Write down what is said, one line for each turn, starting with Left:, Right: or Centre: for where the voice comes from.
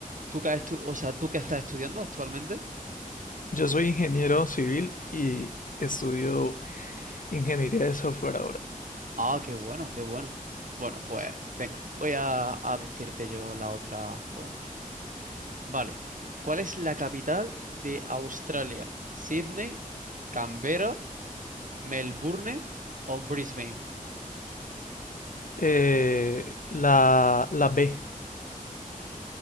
Right: ¿Tú que has estu- o sea, tú que estás estudiando actualmente?
Left: Yo soy ingeniero civil y estudio ingeniería de software ahora.
Right: Ah, qué bueno, qué bueno. Bueno, pues venga, voy a a decirte yo la otra pregunta. Vale. ¿Cuál es la capital de Australia? ¿Sydney, Canberra, Melbourne o Brisbane?
Left: Eh, la, la B,